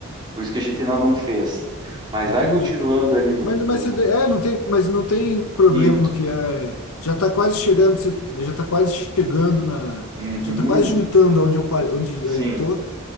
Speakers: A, on the right; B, on the left.
A: Por isso que a gente ainda não fez. Mas
B: Entendi.
A: vai continuando ali no,
B: Mas,
A: no...
B: mas você- de- é, não tem, mas não tem problema
A: Isso.
B: que é, já está quase chegando, você- já está quase chegando na,
A: Uhum.
B: já está quase juntando onde eu pa- onde
A: Sim,
B: eu tô.